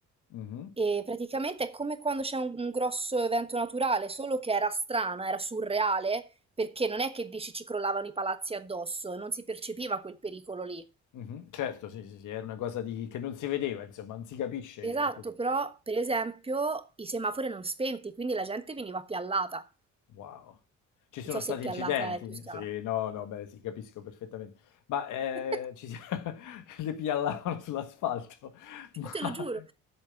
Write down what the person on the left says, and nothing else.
Mhm,
mhm. Certo, sì, sì, sì, era una cosa di- che non si vedeva, insomma, non si capisce.
di Che cosa.
Wow. Ci sono
stati
incidenti?
Sì, no, no, beh, sì, capisco perfettamente. Ma, ehm,
ci si <laughs> le piallavano sull'asfalto, <laughs>
ma